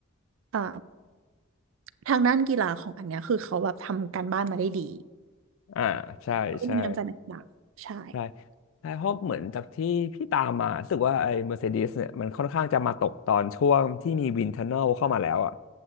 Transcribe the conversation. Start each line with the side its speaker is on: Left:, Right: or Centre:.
Right: อ่าทางด้านกีฬาของอันเนี้ยคือเขาแบบทำการบ้านมาได้ดี
Left: อ่าใช่ใช่
Right: แล้วก็มีน้ำใจนักกีฬาใช่
Left: ใช่ใช่เพราะเหมือนจากที่พี่ตามมารู้สึกว่าไอ้ Mercedes เนี่ยมันค่อนข้างจะมาตกตอนช่วงที่มีวินเทอร์เนลเข้ามาแล้วอ่ะ